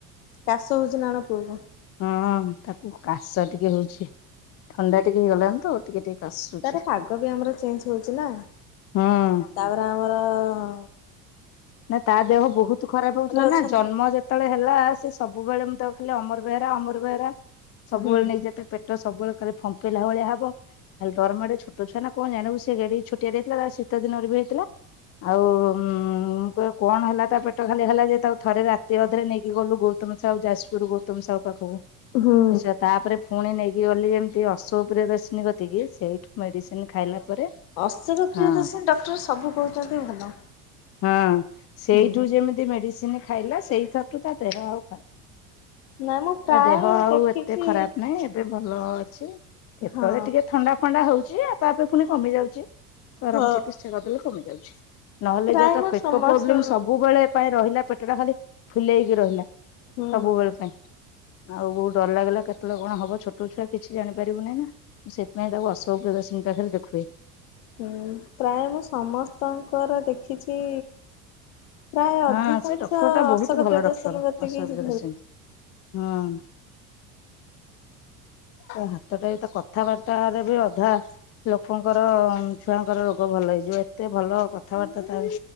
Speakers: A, on the left; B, on the left.
A: କାଶ ହଉଛି ନା ଅଣ ପୁଅ କୁ?
B: ହଁ ତାକୁ କାଶ ଟିକେ ହଉଛି ଥଣ୍ଡା ଟିକେ ହେଇଗଲାଣି ତ ଟିକେ ଟିକେ କାଶୁଛି
A: ତାର ପାଗ ବି ଆମର ଚେଞ୍ଜ ହଉଛି ନା
B: ହୁଁ।
A: ତାପରେ ଆମର। ହଉ।
B: ନା ତା ଦେହ ବହୁତ ଖରାପ ହଉଥିଲା
A: ଅଛନ୍ତି।
B: ନା ଜନ୍ମ ଯେତେବେଳେ ହେଲା ସେ। ସବୁବେଳେ ମୁଁ ତ ଖାଲି ଅମର ବେହେରା ଅମର ବେହେରା ସବୁବେଳେ
A: ହୁଁ
B: ନେଇଯେ ପେଟ ସବୁବେଳେ ଫମ୍ପେଇଲା ଭଳିଆ ହବ ଖାଲି ଡରମାଡ଼େ ଛୋଟ ଛୁଆ ନା। କଣ ଜାଣିବୁ ସେ ଗାଡି ଛୋଟିଆରେ ହେଇଥିଲା ତା ଶୀତ ଦିନରେ ବି ହେଇଥିଲା ଆଉ। କଣ ହେଲା ତା ପେଟ ଖାଲି ହେଲା ଯେ ତା ଥରେ ରାତି ଅଧରେ ନେଇକି ଗଲୁ ଗୌତମ ସାହୁ ଯାଜପୁର ଗୌତମ ସାହୁ ପାଖକୁ
A: ହୁଁ
B: ସେ ତାପରେ ପୁଣି ନେଇକି ଗଲି ଯେମିତି ଅଶୋକପ୍ରିୟ ଦର୍ଶିନୀ କତିକି ସେଇଠୁ। ମେଡିସିନ ଖାଇଲା ପରେ
A: ଅଶବ ପ୍ରିୟ
B: ହଁ
A: ଦର୍ଶ ଡକ୍ଟର ସବୁ କହୁଛନ୍ତି ଭଲ।
B: ହଁ ସେଇଠୁ
A: ହୁଁ
B: ଯେମିତି ମେଡିସିନ ଖାଇଲା ସେଇଥରଠୁ ତା ଦେହ ଆଉ ଖରାପ
A: ନାଇଁ ମୁଁ ପ୍ରାୟ
B: ତା ଦେହ ଆଉ
A: ଦେଖିଛି
B: ଏତେ ଖରାପ ନାହିଁ ଏବେ ଭଲ ଅଛି। କେତେବେଳେ
A: ହଁ
B: ଟିକେ ଥଣ୍ଡା ଫଣ୍ଡା ହଉଛି ଆଉ ତା ପୁଣି କମି ଯାଉଛି ତ
A: ହଁ
B: ଆମ ଚିକିତ୍ସା କରିଦେଲେ କମି ଯାଉଛି ନହେଲେ
A: ପ୍ରାୟ
B: ଯାହା ତାର
A: ମୁଁ
B: ପେଟ।
A: ସମସ୍ତ
B: ତୋ ପ୍ରୋବ୍ଲେମ ସବୁବେଳେ ପାଇଁ ରହିଲା ପେଟଟା ଖାଲି ଫୁଲେଇକି ରହିଲା।
A: ହୁଁ
B: ସବୁବେଳେ ପାଇଁ। ଆଉ ବୋଉ ଡର ଲାଗିଲା କେତେବେଳେ କଣ ହବ ଛୋଟ ଛୁଆ କିଛି ଜାଣିପାରିବୁନିଁ ନା ସେଥିପାଇଁ ତାକୁ ଅସବ ବ୍ଯବସ୍ ଚିଙ୍କା ଖେ ଦେଖୁେ।
A: ହୁଁ ପ୍ରାୟ ମୁଁ ସମସ୍ତଙ୍କର ଦେଖିଛି। ପ୍ରାୟ ଅଧିକାଂଶ
B: ହଁ ସେ ଡକ୍ଟର ଟା
A: ଅଶୋକ
B: ବହୁତ ଭଲ
A: ପ୍ରିୟଦର୍ଶିନୀ
B: ଡକ୍ଟର
A: କତିକି
B: ଅସୁବିଧାସିନ। ହଁ।
A: କିଛି କହି ନାହାନ୍ତି।
B: ହାତଟା ବି ତ କଥାବାର୍ତ୍ତା ରେ ବି ଅଧା ଲୋକଙ୍କର ଛୁଆ। ରୋଗ ଭଲ ହେଇଯିବ ଏତେ ଭଲ କଥାବାର୍ତ୍ତା ତ